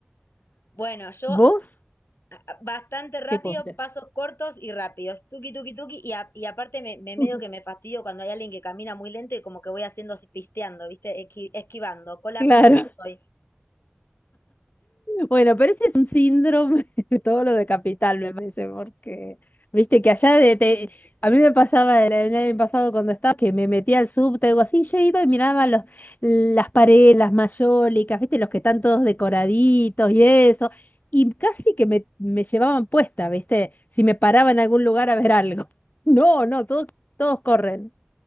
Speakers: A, on the left (about 65°); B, on the left (about 45°).
A: Bueno, yo
B: ¿Vos?
A: bastante rápido,
B: ¿Qué postre?
A: pasos cortos y rápidos, tuki tuki tuki, y, a- y aparte me, me medio
B: <laughs>
A: que me fastidio cuando hay alguien que camina muy lento y como que voy haciendo así pisteando, ¿viste? Esqui- esquivando, cola
B: Claro.
A: pinto soy.
B: Bueno, pero ese es un síndrome <laughs> de todo lo de capital, me parece, porque viste que allá de te- a mí me pasaba el, el año pasado cuando estaba que me metía al subte o así, yo iba y miraba los, las paredes, las mayólicas, viste, los que están todos decoraditos y eso, y casi que me, me llevaban puesta, viste, si me paraba en algún lugar a ver algo. <laughs> No, no, todos, todos corren.